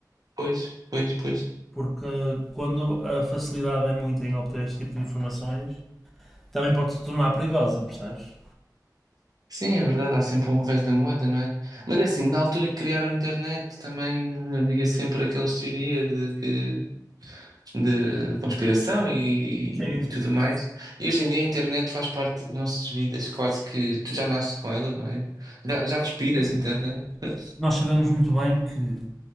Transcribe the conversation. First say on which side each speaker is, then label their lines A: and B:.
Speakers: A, on the right (about 60°); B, in the centre.
A: Pois, pois, pois.
B: Porque quando a facilidade é muito em obter este tipo de informações, também pode se tornar perigosa, percebes?
A: Sim, é verdade, há sempre um revés da moeda, não é? Mas é assim, na altura que criaram a internet também havia sempre aquelas teorias de, que- de conspiração e,
B: Sim,
A: tudo mais. E hoje em dia a internet faz parte das nossas vidas, quase que tu já nasces com ela, não é? Já, já respiras
B: assim.
A: internet. <laughs>
B: Nós sabemos muito bem que